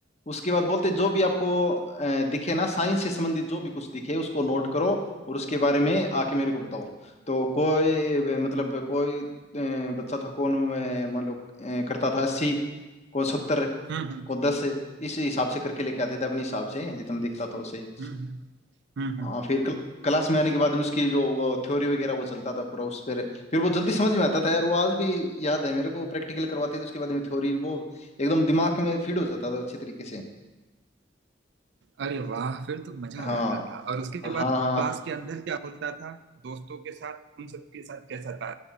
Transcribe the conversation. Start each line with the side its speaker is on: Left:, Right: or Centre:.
Left: उसके बाद बोलते जो भी आपको अ, दिखे ना साइंस से संबंधित जो भी कुछ दिखे उसको नोट करो और उसके बारे में आके मेरे को बताओ तो कोई अ, मतलब कोई अ, बच्चा था कौन अ, मान लो अ, करता था अस्सी कौन सत्तर
Right: हम्म
Left: कौन दस इस हिसाब से करके लेके आते थे अपने हिसाब से जितना दिखता था वैसे ही
Right: हम्म हम्म हम्म।
Left: हाँ फिर क्ल, क्लास में आने के बाद में उसकी जो थ्योरी वगैरह वो चलता था पूरा उस पर फिर वो जल्दी समझ में आता था यार वो आज भी याद है मेरे को प्रैक्टिकल करवाते थे उसके बाद में थ्योरी वो एकदम दिमाग में फीड हो जाता था अच्छे तरीके से
Right: अरे वाह फिर तो मजा
Left: हाँ
Right: आ जाता था और उसके
Left: हाँ
Right: बाद क्लास
Left: हाँ
Right: के अंदर क्या होता था दोस्तों के साथ उन सबके साथ कैसा था